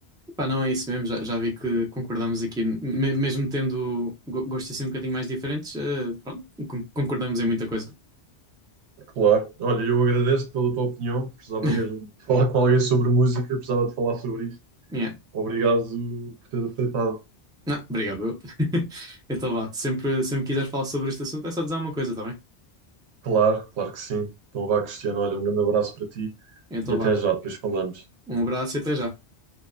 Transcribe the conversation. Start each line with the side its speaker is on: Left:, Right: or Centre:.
Centre: Pá, não é isso mesmo, já, já vi que concordamos aqui, Me- mesmo tendo go- gostos assim um bocadinho mais diferentes, eh, pronto, con- concordamos em muita coisa.
Right: Claro. Olha, eu agradeço pela tua opinião. Precisava
Centre: <laughs>
Right: mesmo de falar com alguém sobre música, precisava de falar sobre isto.
Centre: Yeah.
Right: Obrigado por teres aceitado.
Centre: Ah, obrigado. eu. <laughs> Então vá, sempre, sempre quiseres falar sobre este assunto é só dizer uma coisa, tá bem?
Right: Claro, claro que sim. Então vá, Cristiano, olha, um grande abraço para ti
Centre: Então
Right: e até
Centre: vá,
Right: já, depois falamos.
Centre: um abraço e até já.